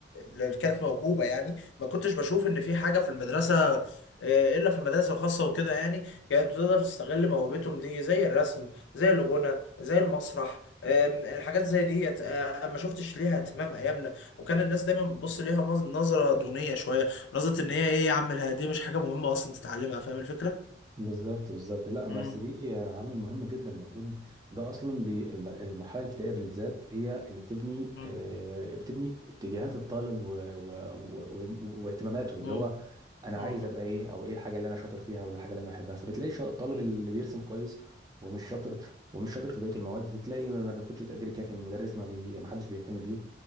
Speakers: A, on the left; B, on the right.
A: اللي كانت موهوبة يعني ما كنتش بشوف ان في حاجة في المدرسة آه، الا في المدارس الخاصه وكده يعني كانت تقدر تستغل موهبتهم دي زي الرسم زي الغنى زي المسرح آم، الحاجات زي ديت آه، ما شفتش ليها اهتمام ايامنا وكان الناس دايما بتبص ليها مز- نظره دونيه شويه نظره ان هي ايه يا عم الها- دي مش حاجه مهمه اصلا تتعلمها فاهم الفكره
B: بالظبط بالظبط لا
A: مم.
B: بس دي عامل مهم جدا المفروض ده اصلا بي- الم- المرحله الابتدائيه بالذات هي اللي بتبني
A: مم.
B: آه، بتبني اتجاهات الطالب و- و- و- و- واهتماماته
A: مم.
B: اللي هو انا
A: مم.
B: عايز ابقى ايه او ايه الحاجه اللي انا شاطر فيها ولا الحاجه اللي انا بحبها فبتلاقي شا- الطالب
A: مم.
B: اللي بيرسم كويس ومش شاطر ومش شاطر في بقيه المواد تلاقي ما ما بياخدش تقدير كافي من المدرس ما بي... ما حدش بيهتم بيه